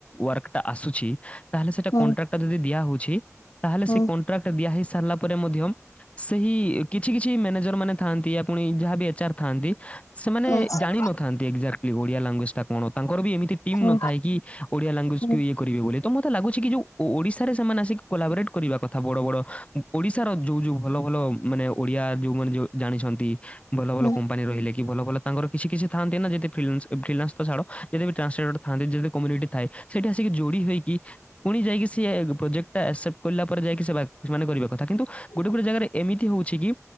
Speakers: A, on the left (about 25°); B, on the left (about 85°).
A: ୱାର୍କଟା ଆସୁଛି ତାହେଲେ ସେଇଟା
B: ହୁଁ ହୁଁ
A: କଣ୍ଟ୍ରାକ୍ଟ ଟି ଯଦି ଦିଆହୋଇଛି ତାହେଲେ
B: ହୁଁ
A: ସେକଣ୍ଟ୍ରାକ୍ଟ ଦିଆହେଇ ସାରିଲାପରେ ମଧ୍ୟ ସେହି କିଛି କିଛି ମ୍ୟାନେଜର ମାନେ ଥାଆନ୍ତି ଆପୁଣି ଯାହାବି ଏଚାର ଥାଆନ୍ତି ସେମାନେ
B: ହୁଁ।
A: ଜାଣିନଥାନ୍ତି ଏକ୍ଜାକ୍ଟ ଓଡିଆ ଲାଙ୍ଗୁଜଟା କଣ ତାଙ୍କରବି ଏମିତି ଟିମ୍
B: ହୁଁ
A: ନଥାଏ କି ଓଡ଼ିଆ ଲାଙ୍ଗୁଏଜକୁ
B: ହୁଁ ହୁଁ
A: ଇଏ କରିବେ ବୋଲିତ ମୋତେ ଲାଗୁଚିକି ଯେଉ ଓଡ଼ିଶାରେ ସେମାନେ ଆସି କୋଲାବୋରେଟ୍ କରିବା କଥା ବଡ଼ ବଡ଼ ଓଡିଶାର ଯୋଉ ଯୋଉ ଭଲ ଭଲ ମାନେ ଓଡିଆ ଯୋଉମାନେ ଯଉ ଜାଣିଛନ୍ତି ଭଲ ଭଲ
B: ହୁଁ।
A: କମ୍ପାନୀ ରହିଲେ ଭଲ ଭଲ ତାଙ୍କର କିଛି କିଛି ଥାନ୍ତିନା ଯଦି ଫିଲନ୍ସ ଫ୍ରିଲାସ୍ ତ ଛାଡ଼ କମ୍ୟିଟି ଥାଏ ସେଠି ଆସିକି ଯୋଡ଼ି ହୋଇକି ପୁଣି ଯାଇକି ସିଏ ପ୍ରୋଜେକ୍ଟା ଆକ୍ସେପ୍ଟ କଲା ପରେ ଯାଇକି ସେ କରିବା ଥା କିନ୍ତୁ
B: ହୁଁ
A: ଗୋଟେ ଗୋଟେ ଜାଗାରେ ଏମିତି ହଉଚିକି